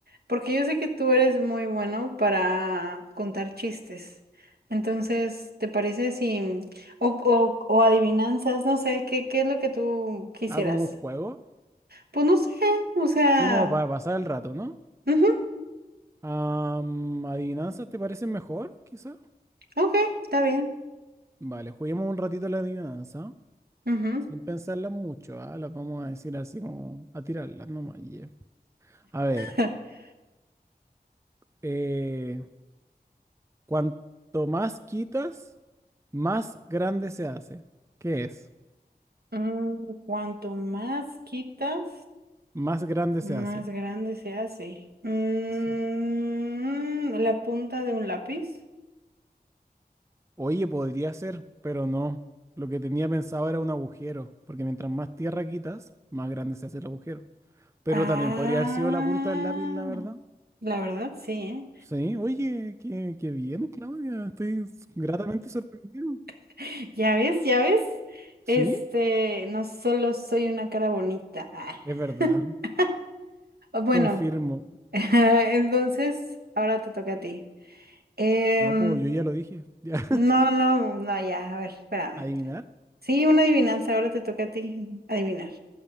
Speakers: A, on the right (about 70°); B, on the right (about 15°).
A: Porque yo sé que tú eres muy bueno para contar chistes. Entonces, ¿te parece si, o, o, o adivinanzas, no sé, ¿qué, qué es lo que tú quisieras?
B: Ah, como un juego.
A: Pues no sé, o sea,
B: Sí, como para pasar el rato, ¿no?
A: ujú,
B: Am, ¿adivinanzas te parecen mejor, quizá?
A: ok, está bien.
B: Vale, juguemos un ratito la adivinanza,
A: ujú.
B: sin pensarlas mucho, ¿ah? Las vamos a decir así como a tirarlas nomás. yeah. A ver,
A: <laughs>
B: eh, cuanto más quitas, más grande se hace. ¿Qué es?
A: Mm, cuanto más quitas,
B: Más grande
A: más
B: se hace.
A: grande se hace. Mm,
B: Sí.
A: la punta de un lápiz.
B: Oye, podría ser, pero no. Lo que tenía pensado era un agujero, porque mientras más tierra quitas, más grande se hace el agujero. Pero
A: Ah,
B: también podría haber sido la punta del lápiz, la verdad.
A: la verdad, sí, ¿eh?
B: Sí, oye, qué, qué bien, Claudia. Estoy gratamente sorprendido.
A: <laughs> Ya ves, ya ves.
B: Sí,
A: Este, no solo soy una cara bonita. Ah.
B: es verdad.
A: <laughs> Bueno,
B: Confirmo.
A: <laughs> entonces, ahora te toca a ti. Em,
B: No, pues yo ya lo dije. Ya. <laughs>
A: No, no, no, ya, a ver, espérame.
B: ¿Adivinar?
A: Sí, una adivinanza, ahora te toca a ti adivinar.